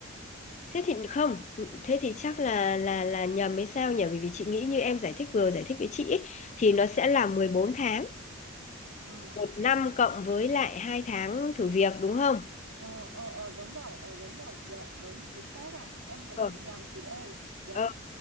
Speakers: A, on the left (about 35°); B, on the right (about 85°).
A: Thế thì không, thế thì chắc là là là nhầm hay sao nhỉ? Bởi vì chị nghĩ như em giải thích vừa giải thích với chị ấy, thì nó sẽ là 14 tháng,
B: Ờ,
A: một năm cộng với lại hai tháng thử việc đúng không?
B: ờ, ờ, ờ đúng rồi, ờ đúng rồi, dạ đúng chính xác ạ. Em vậy
A: Ờ,
B: bị nhầm chị ơi. Dạ,
A: ờ.